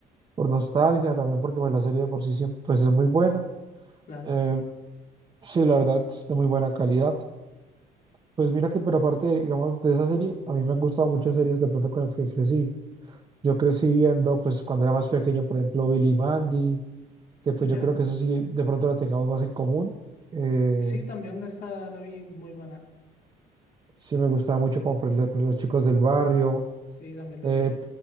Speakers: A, on the right; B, on the left.
A: por nostalgia, también porque pues, la serie de por sí siempre, pues es muy buena.
B: Claro.
A: Eh, sí, la verdad, es de muy buena calidad. Pues mira que, pero aparte, digamos, de esa serie, a mí me han gustado muchas series de pronto con las que crecí. Yo crecí viendo, pues cuando era más pequeño, por ejemplo, Billy Mandy, que pues
B: Ya.
A: yo creo que eso sí, de pronto la tengamos más en común. Eh,
B: Sí, también esa la vi muy buena.
A: sí me gustaba mucho como por ejemplo los chicos del barrio,
B: Sí, también lo
A: Ed,
B: vi.